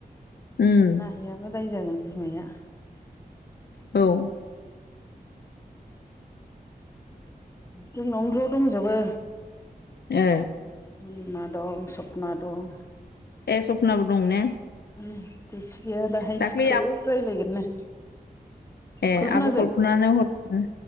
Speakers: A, on the left; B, on the left.
A: उम
B: नाहैयाबा दाय जागोन बिमाया।
A: औ
B: जोंनावनो ज' दंजोबो।
A: ए
B: रुलिमा दं सपना दं।
A: ए सपनाबो दं ने?
B: उम दिउथि गैया दाहाय
A: दाख्लै
B: खोब रायलायगोननो।
A: ए
B: कल्पनाजों
A: आब' खलफुनानो हर।